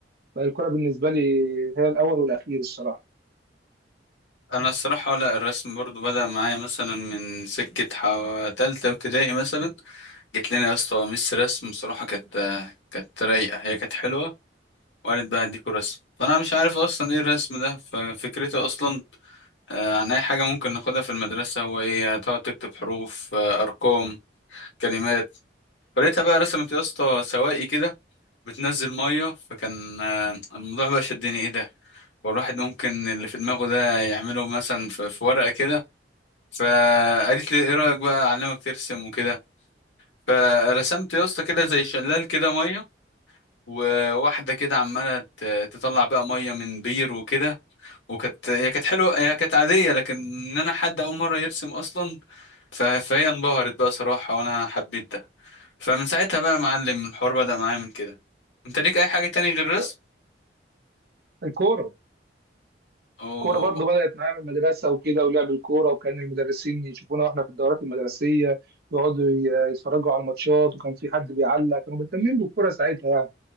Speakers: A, on the right; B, on the left.
A: بقى الكوره بالنسبه لي هي الاول والاخير الصراحه
B: انا الصراحه لا الرسم برضو بدا معايا مثلا من سكه حو- تالتة ابتدائي مثلا جت لنا يا اسطى ميس رسم صراحه كانت آه، كانت رايقه هي كانت حلوه وقالت بقى هديكوا رسم فانا مش عارف اصلا ايه الرسم ده ففكرته اصلا آه، عن أي حاجة ممكن ناخدها في المدرسة هو إيه هتقعد تكتب حروف آه، أرقام كلمات فلقيتها بقى رسمت يا اسطى سواقي كده بتنزل مية فكان آه، الموضوع بقى شدني إيه ده والواحد ممكن اللي في دماغه ده يعمله مثلا في في ورقة كده فقالت لي إيه رأيك بقى أعلمك ترسم وكده فرسمت يا اسطى كده زي شلال كده مية وواحدة كده عمالة ت- تطلع بقى مية من بير وكده وكانت هي كانت حلوة هي كانت عادية لكن إن أنا حد أول مرة يرسم أصلا ف- فهي انبهرت بقى صراحة وانا حبيت ده فمن ساعتها بقى يا معلم الحوار بدأ معايا من كده انت ليك اي حاجة تاني غير الرسم
A: ده الكوره
B: اوه
A: كورة برضو بدأت معايا من المدرسة وكده ولعب الكورة وكان المدرسين يشوفونا واحنا في الدورات المدرسية يقعدوا ي- يتفرجوا على الماتشات وكان في حد بيعلق كانوا مهتمين بالكورة ساعتها يعني